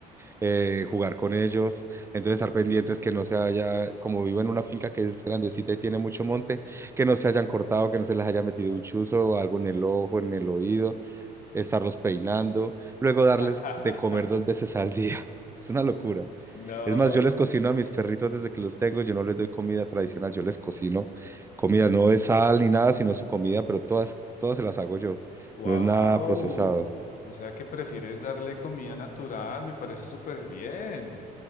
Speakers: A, on the right; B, on the left.
A: eh, jugar con ellos. Entonces estar pendientes que no se haya, como vivo en una finca que es grandecita y tiene mucho monte, que no se hayan cortado, que no se les haya metido un chuzo o algo en el ojo, en el oído estarlos peinando, luego darles
B: <laughs>
A: de comer dos veces al día. <laughs> Es una locura.
B: No,
A: Es más, yo les cocino a mis perritos desde que los tengo, yo no les doy comida tradicional, yo les cocino comida, no de sal ni nada, sino su comida, pero todas, todas se las hago yo.
B: wow.
A: No es nada procesado.
B: O sea que prefieres darle comida natural, me parece súper bien.